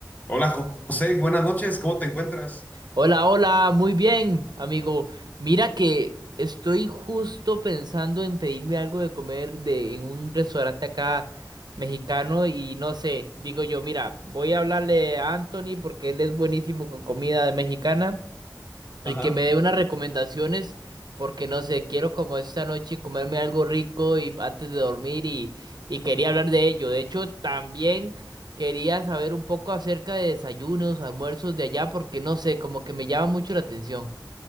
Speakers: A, on the left; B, on the right.
A: Hola José, buenas noches, ¿cómo te encuentras?
B: Hola, hola, muy bien, amigo. Mira que estoy justo pensando en pedirme algo de comer de, en un restaurante acá mexicano y no sé, digo yo, mira, voy a hablarle a Anthony porque él es buenísimo con comida mexicana y
A: Ajá.
B: que me dé unas recomendaciones, porque no sé, quiero como esta noche comerme algo rico y antes de dormir y, y quería hablar de ello. De hecho, también quería saber un poco acerca de desayunos, almuerzos de allá, porque no sé, como que me llama mucho la atención.